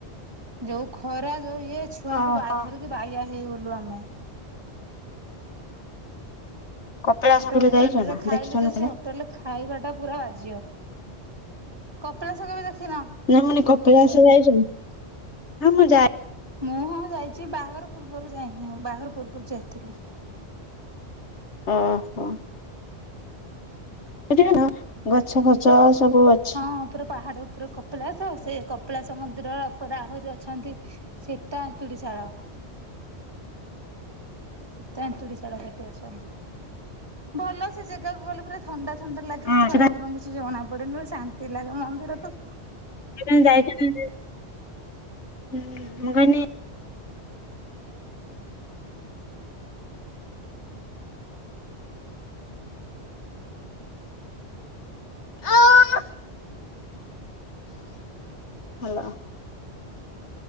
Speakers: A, on the right (about 20°); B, on the left (about 85°).
A: ଯୋଉ ଖରା ଯୋଉ ଇଏ ଛୁଆଙ୍କୁ
B: ଓହୋ
A: ବା ଧରିକି ବାାଇଆ ହେଇଗଲୁ ଆମେ।
B: କପିଳାସ
A: ଗୋଟେ
B: କେବେ
A: ହୋଟେଲ୍
B: ଯାଇଛ
A: ରେ
B: ନା
A: ଖାଇୁ
B: ଦେଖିଛ
A: ଯେ
B: ନା
A: ସେ
B: ସେଟା?
A: ହୋଟେଲ୍ ଖାଇବା ଟା ପୁରା ବାଜ୍ୟ କପିଳାସ କେବେ ଦେଖିନ
B: ନା ମାନେ କପିଳାସ ଯାଇଛକି ହଁ ମୁଁ ଯା
A: ମୁଁ ହଁ ଯାଇଛି ବାହାଘର ପୂର୍ବରୁ ଯାଇନି ଆଉ ବାହାଘର ପୂର୍ବରୁ ଯାଇଥିଲି।
B: ଓହୋ। ସେଠ ନା <inaudible> ଗଛ ଫଛ ସବୁ ଅ
A: ହଁ ପୁରା ପାହାଡ଼ ଉପରେ କପିଳାସ ସେ କପିଳାସ ମନ୍ଦିର ଉପରେ ଆହୁରି ଅଛନ୍ତି ସୀତା ଏନ୍ତୁଡ଼ିଶାଳ। ସିତା ଏନ୍ତୁଡ଼ିଶାଳ ସେଠି ଅଛନ୍ତି ଭଲ ସେ ଜାଗାକୁ ଗଲେ ପୁରା ଥଣ୍ଡା ଥଣ୍ଡା ଲାଗେ
B: ହଁ
A: ଖରା
B: ସେଟା
A: ଗରମ କିଛି ଜଣା ପଡେନି ବା ଶାନ୍ତି ଲାଗେ ମନ୍ଦିର ତ
B: ଣ ଯାଇଛ ନା କାନ <unintelligible> ଅ <unintelligible> ହ୍ୟାଲୋ।